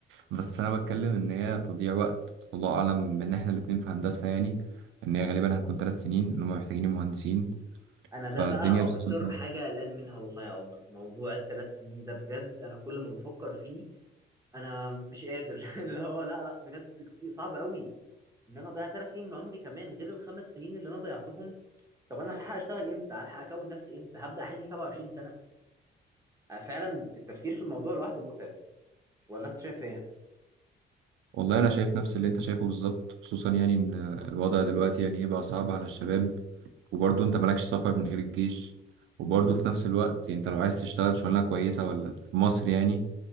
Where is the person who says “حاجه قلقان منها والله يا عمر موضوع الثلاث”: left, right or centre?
Right